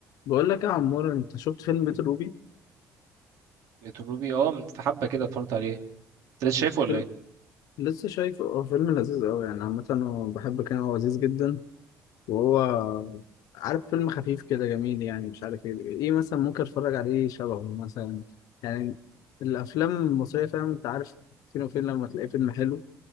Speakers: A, on the left (about 80°); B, on the right (about 65°).
A: بقول لك يا عمور انت شفت فيلم بيت الروبي
B: بيت الروبي اه من في حبة كده اتفرجت عليه انت لسه شايفه ولا
A: فيلم...
B: ايه؟
A: لسه شايفه هو فيلم لذيذ قوي يعني عامة هو بحب كان هو لذيذ جدا وهو عارف فيلم خفيف كده جميل يعني مش عارف ايه ايه مثلا ممكن اتفرج عليه شبهه مثلا يعني الافلام المصرية فاهم انت عارف فين وفين لما تلاقي فيلم حلو